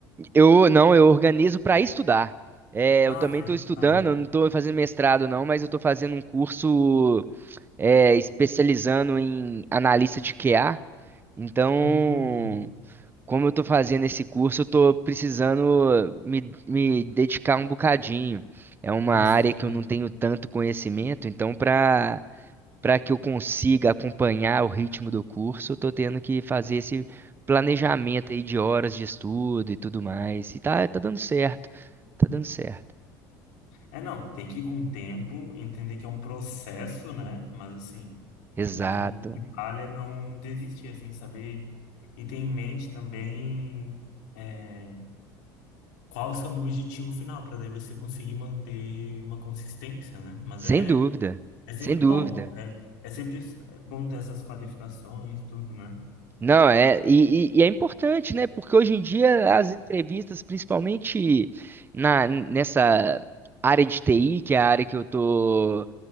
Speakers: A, on the right; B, on the left.
A: Eu não, eu organizo pra estudar. É,
B: Ah,
A: eu também
B: pra treinar.
A: estou estudando, eu não estou fazendo mestrado não, mas eu estou fazendo um curso é, especializando em analista de QA. Então,
B: Hum.
A: como eu estou fazendo esse curso, eu estou precisando me, me dedicar um bocadinho. É uma
B: Pros-
A: área que
B: pro-
A: eu não tenho
B: produzir.
A: tanto conhecimento, então para para que eu consiga acompanhar o ritmo do curso, eu estou tendo que fazer esse planejamento aí de horas de estudo e tudo mais. E tá, tá dando certo, tá dando certo.
B: É, não, tem que ir com o tempo, entender que é um processo, né? Mas, assim,
A: Exato.
B: o que, o que vale é não desistir, assim, saber e ter em mente também é, qual é o seu objetivo final, para daí você conseguir manter uma consistência, né? Mas
A: Sem
B: é,
A: dúvida,
B: é sempre
A: sem dúvida.
B: bom, é, é sempre bom ter essas qualificações, tudo, né?
A: Não, é, e, e- e é importante, né? Porque hoje em dia as entrevistas, principalmente na, nessa área de TI, que é a área que eu tô,